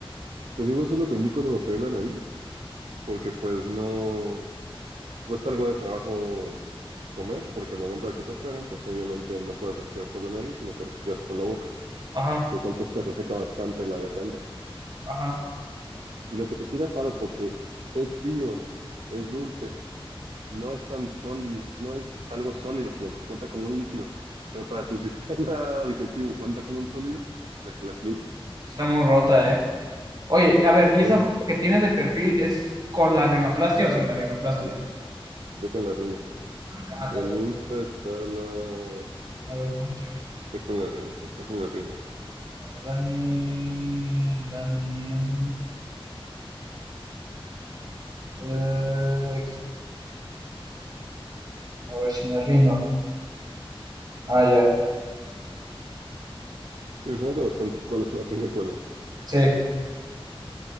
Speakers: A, on the right; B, on the right.
A: Te digo, eso lo aprendí cuando me operé la nariz, porque pues no cuesta algo de trabajo comer, porque al momento de que te operan, pues obviamente no puedes respirar por la nariz, sino que respiras por la boca,
B: Ajá,
A: lo cual pues te reseca bastante la garganta.
B: ajá.
A: Y lo que te tira paro porque es frío, es dulce, no es tan sólido, no es algo sólido, sino que cuenta como un líquido, pero para tu <laughs> sistema digestivo cuenta como un sólido, la gelatina.
B: Está muy rota, ¿eh? Oye, a ver, ¿y
A: Sí,
B: esa foto que tienes de perfil es con la rinoplastia o sin la rinoplastia?
A: ya con la rina.
B: Ah, está
A: En
B: bien.
A: mi Insta está la...
B: A ver, vamos a checarlo.
A: Está con la reina. Estás en la reina.
B: A ver, Dani, Daniel, eh, a ver, sin la rino. Ah, ya.
A: Sí, se nota bastante. ¿Cuál es la reina y cuál no?
B: Sí,